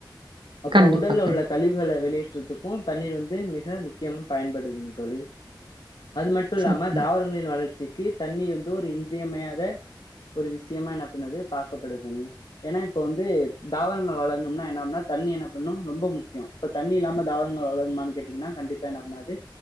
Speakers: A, on the left; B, on the right.
A: அப்புறம்
B: கண்டிப்பா
A: உடல்ல
B: கண்
A: உள்ள கழிவுகள வெளியே ற்றத்துக்கும் தண்ணீர் வந்து மிக முக்கியமா பயன்படுதுங்க தோழி அது மட்டு இல்லாம
B: சரிங்க
A: தாவரங்களின் வளர்ச்சி க்கி தண்ணி வந்து ஒரு இன்றியமையா த ஒரு விஷியமா என்ன பண்ணுது பாக்கப்படுதுமே ஏன்னா இப்ப வந்து தாவரங்கள் வளரணும்னா என்ன பன்னா தண்ணி என்ன பண்ணும் ரொம்ப முக்கியம் இப்ப தண்ணி இல்லாம தாவரங்கள் வளருமான்னு கேட்டீங்கன்னா கண்டிப்பா என்ன பண்ணாது